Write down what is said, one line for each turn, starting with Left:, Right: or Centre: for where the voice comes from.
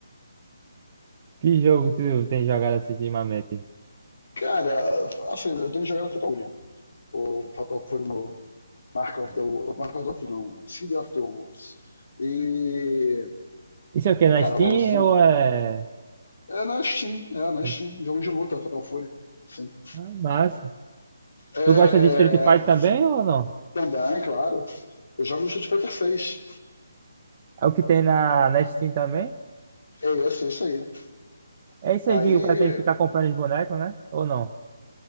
Right: Que jogo tu tem jogado assim ultimamente?
Left: Cara, assim, eu tenho jogado Fatal Fury. O Fatal Fury novo. Mark of the Wolves, Mark of the Wolves não, City of the Wolves. E.
Right: Isso é o quê?
Left: Mas,
Right: Na
Left: cara,
Right: Steam
Left: LOLzinho.
Right: ou é...
Left: É na Steam, é na
Right: na
Left: Steam.
Right: Steam?
Left: Jogo de luta, Fatal Fury. Sim.
Right: Ah, massa.
Left: É,
Right: Tu gosta de Street Fighter também ou não?
Left: também, claro. Eu jogo no Street Fighter 6*.
Right: É o que tem na, na Steam também?
Left: É esse, é isso aí.
Right: É isso
Left: Aí.
Right: aí que o cara tem que ficar comprando os bonecos, né? Ou não?